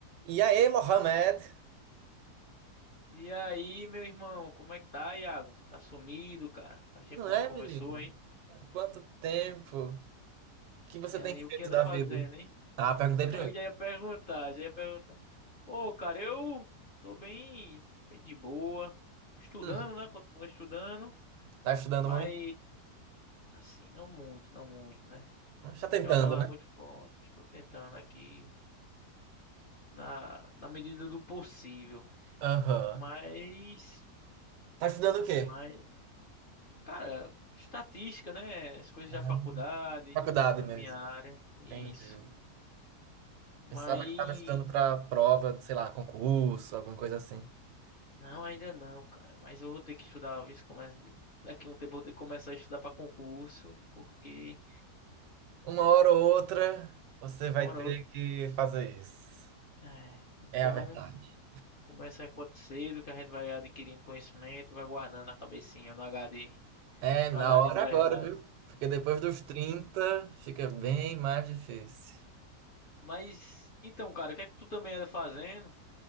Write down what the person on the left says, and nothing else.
E aí, meu irmão, como é que tá, Iago? Tá sumido, cara? Faz tempo
que
a gente conversou,
hein?
E
aí,
o que anda
fazendo,
hein?
<laughs>
Eu já ia perguntar, já ia perguntar. Pô, cara, eu tô bem, bem de boa, estudando,
né? Continuo estudando,
mas
assim, não muito, não muito, né? Muito
é uma palavra
muito forte. Estou tentando aqui na, na medida do possível,
mas,
mas Cara, estatística, né? As coisas
da faculdade,
estudando
minha área, isso.
Mas
não, ainda não, cara. Mas eu vou ter que estudar, viu? Se Começa... Daqui a um tempo eu vou ter que começar a estudar para concurso, porque
uma hora
ou outra.
É, então,
começa enquanto cedo, que a gente vai adquirindo conhecimento e vai guardando na cabecinha, no HD,
no HD
de verdade.
Mas, então, cara, o que é que tu também anda fazendo?